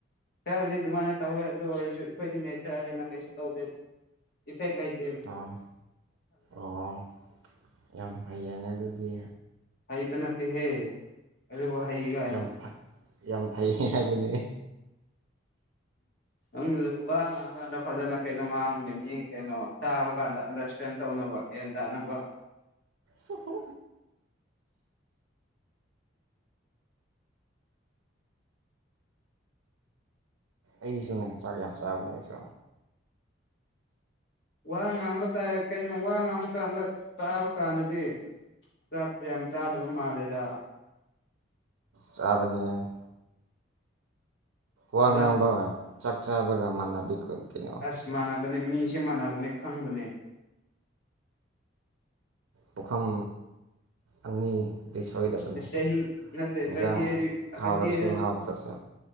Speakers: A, on the left; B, on the right.
A: ꯈꯕꯨꯗꯤ ꯑꯗꯨꯃꯥꯏꯅ ꯇꯧꯋꯦ ꯑꯗꯨ ꯑꯣꯏꯔꯁꯨ ꯑꯩꯈꯣꯏꯗꯤ ꯅꯦꯆꯔꯅꯤꯅ ꯀꯩꯁꯨ ꯇꯧꯗꯦꯗ ꯏꯐꯦꯛ ꯂꯩꯇꯦ
B: ꯑꯥ ꯑꯣ ꯌꯥꯝ ꯐꯩꯌꯦꯅꯦ ꯑꯗꯨꯗꯤ
A: ꯍꯩꯕ ꯅꯠꯇꯦꯍꯦ ꯑꯗꯨꯕ ꯍꯩꯒ
B: ꯌꯥꯝ ꯌꯥꯝ ꯐꯩꯌꯦ ꯍꯥꯏꯕꯅꯦ
A: ꯅꯪ ꯋꯥ ꯉꯥꯡꯉꯀꯥꯟꯗ ꯐꯖꯅ ꯀꯩꯅꯣ ꯉꯥꯡꯕꯅꯦ ꯃꯤ ꯀꯩꯅꯣ ꯇꯥꯕ ꯀꯥꯟꯗ ꯑꯟꯗ ꯁꯇ꯭ꯔꯦꯟ ꯇꯧꯅꯕ ꯌꯦꯟ ꯇ ꯅꯕ
B: ꯍ ꯑꯩꯁꯨꯅꯦ ꯆꯥꯛ ꯌꯥꯝ ꯆꯥꯕꯅꯦ ꯑꯩꯁꯨ
A: ꯋꯥ ꯉꯥꯡꯕ ꯇꯥꯏ ꯀꯩꯅꯣ ꯋꯥ ꯉꯥꯡꯕ ꯀꯥꯟꯗ ꯆꯥꯕ ꯀꯥꯟꯗꯗꯤ ꯆꯥꯛ ꯌꯥꯝ ꯆꯥꯗꯕ ꯃꯥꯜꯂꯦꯗ
B: ꯆꯥꯕꯅꯤ ꯋꯥ
A: ꯐꯖ
B: ꯉꯥꯡꯕꯒ ꯆꯥꯛ ꯆꯥꯕꯒ ꯃꯥꯟꯅꯗꯦ ꯀꯨꯟ ꯀꯅ
A: ꯑꯁ ꯃꯥꯟꯅꯕꯅꯦ ꯃꯤꯁꯦ ꯃꯥꯟꯅꯕꯅꯦ ꯈꯪꯕꯅꯦ
B: ꯄꯨꯈꯝ ꯑꯅꯤ ꯗꯤ ꯁꯣꯏꯗꯕꯅꯤ
A: ꯑꯁ ꯆꯍꯤ ꯅꯠꯇꯦ
B: ꯏꯟꯖꯥꯡ
A: ꯆꯍꯤ
B: ꯍꯥꯎꯔꯁꯨ
A: ꯆꯍꯤ
B: ꯍꯥꯎꯇ꯭ꯔꯁꯨ